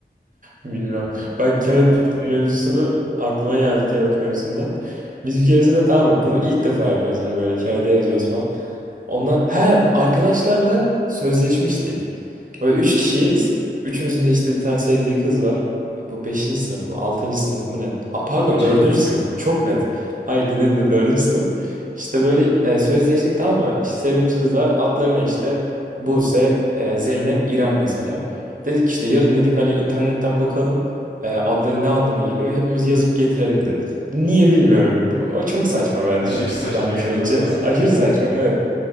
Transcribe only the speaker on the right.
Bilmiyorum. Ben kağıt
mevzusunu aklıma geldi kağıt mevzusundan. Biz bir keresinde tamam mı? Bunu ilk defa yapıyoruz hani böyle kağıda yazıyoruz falan. Onunla he arkadaşlarla sözleşmiştik. Böyle üç kişiyiz. Üçümüzün de işte bir tane sevdiği kız var. Bu beşinci sınıf mı? Altıncı sınıf mı ne? Ha, pardon
dördüncü
sınıf. Çok net. Hayır dinle dinle dördüncü sınıf. İşte böyle e, sözleştik tamam mı? İşte sevdiğimiz kızlar adları ne işte? Buse, e, Zeynep, İrem mesela. Dedik işte yarın dedik hani internetten bakalım. e, adları ne anlama geliyor? Hepimiz yazıp getirelim dedik. Niye bilmiyorum. O çok saçma bence.
Şu an
düşününce
<laughs>
aşırı
saçma. evet.